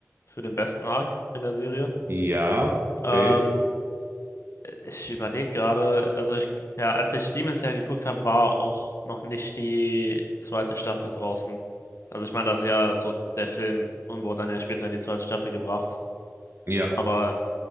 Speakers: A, on the left (about 60°); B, on the right (about 50°).
A: für den besten Arc in der Serie.
B: ja,
A: Ähm,
B: sehe ich.
A: Ich überlege gerade, also ich, ja, als ich Demon Slayer geguckt habe, war auch noch nicht die zweite Staffel draußen. Also ich meine, das ist ja so der Film und wurde dann ja später in die zweite Staffel gebracht.
B: Ja,
A: Aber